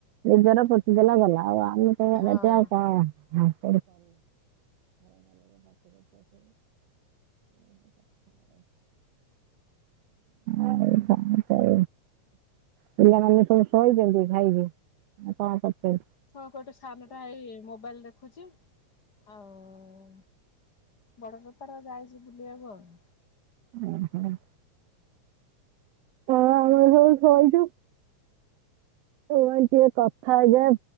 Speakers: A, on the right; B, on the left.
A: ନିଜର ପୋତିଦେଲା ଗଲା ଆଉ ଆମେ ତ ଭଡାଟିଆ
B: ହଁ
A: ଆଉ କଣ। <unintelligible> <unintelligible> <unintelligible> ଆଉ ପିଲାମାନେ ସବୁ ଶୋଇଛନ୍ତି ଖାଇକି। ଆଉ କଣ କରୁଛନ୍ତି?
B: ହଁ ଗୋଟେ ସାନଟା ଏଇ ମୋବାଇଲ ଦେଖୁଛି। ହ ବଡ ତାର ଯାଇଛି ବୁଲିବାକୁ ଆଉ।
A: ଓହୋ। ହଁ ସବୁ ଶୋଇଚୁ। ଭାଇ ଟିକେ କଥା ହେଇଯାଏ